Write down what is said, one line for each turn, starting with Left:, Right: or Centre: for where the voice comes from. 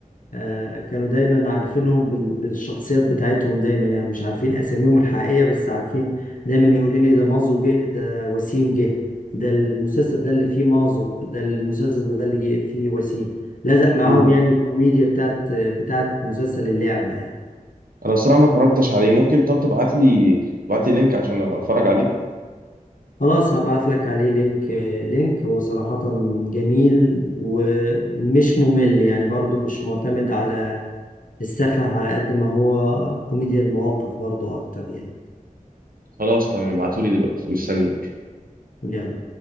Left: آه، كانوا دايما عارفينهم بال- بالشخصيات بتاعتهم دايما يعني مش عارفين أساميهم الحقيقية بس عارفين دايما يقولوا لي ده مازو جه ده وسيم جه ده المسلسل ده اللي فيه مازو ده المسلسل ده اللي جه فيه وسيم لزق معاهم
Right: مم.
Left: يعني الكوميديا بتاعت بتاعت مسلسل اللعبة يعني
Right: انا الصراحه ما اتفرجتش عليه ممكن طب تبعت لي تبعت لي لينك عشان اتفرج عليه
Left: خلاص هبعت لك عليه لينك لينك هو صراحة جميل ومش ممل يعني برضو مش معتمد على السفه على قد ما هو كوميديا المواقف برضو اكتر يعني
Right: خلاص تمام ابعتولي دلوقتي مستني
Left: يلا